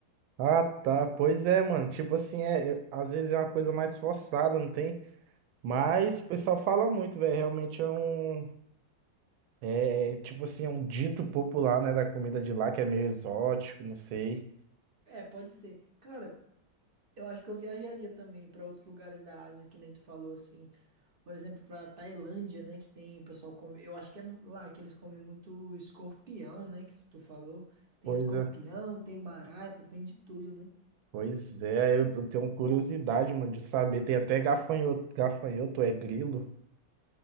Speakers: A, on the right; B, on the right.
A: Ah, tá. Pois é, mano. Tipo assim, é, eu- às vezes é uma coisa mais forçada, não tem? Mas
B: <laughs> sim.
A: o pessoal fala muito, velho. Realmente é um. É, é, tipo assim, é um dito popular, né, da comida de lá, que é meio exótico, não sei.
B: É, pode ser. Cara... Eu acho que eu viajaria também para outros lugares da Ásia, que nem tu falou assim. Por exemplo, para Tailândia, né, que tem o pessoal come, eu acho que é lá que eles comem muito escorpião, né, que tu, tu falou. Tem
A: Pois
B: escorpião,
A: é.
B: tem barata, tem de tudo, né?
A: Pois é, eu, eu tenho curiosidade, mano, de saber. Tem até gafanhoto, gafanhoto é grilo,